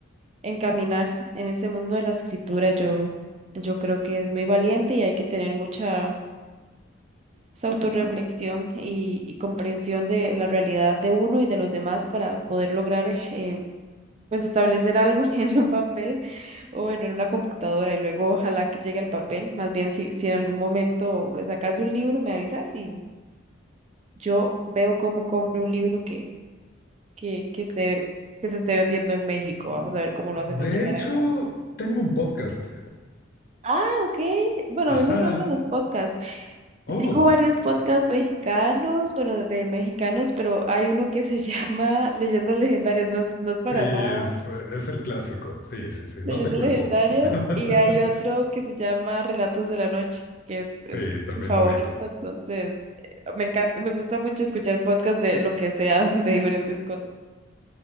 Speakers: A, on the right; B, on the left.
A: encaminarse en ese mundo de la escritura. Yo, yo creo que es muy valiente y hay que tener mucha esa autorreflexión y, y comprensión de la realidad de uno y de los demás para poder lograr eh, pues establecer algo <laughs> en un papel o bueno, en una computadora y luego ojalá que llegue al papel. Más bien si, si en algún momento pues sacas un libro, me avisas y yo veo cómo compro un libro que, que, que esté, que se esté vendiendo en México. Vamos a ver cómo lo hacemos
B: De
A: llegar
B: hecho,
A: acá.
B: tengo un podcast.
A: Ah, ok. Bueno,
B: <laughs> Ajá.
A: a mí me encantan los podcasts.
B: Oh.
A: Sigo varios podcasts mexicanos, bueno, de mexicanos, pero hay uno que se <laughs> llama Leyendas Legendarias, no es, no es para
B: Sí,
A: nada
B: es, eh, es el clásico. Sí, sí, sí.
A: Leyendas
B: No te culpo.
A: Legendarias,
B: <laughs>
A: y hay otro que se llama Relatos de la Noche, que es,
B: Sí,
A: es
B: también
A: mi favorito,
B: lo ubico.
A: entonces eh, me encanta, me gusta mucho escuchar podcasts de lo que sea, <laughs> de diferentes cosas.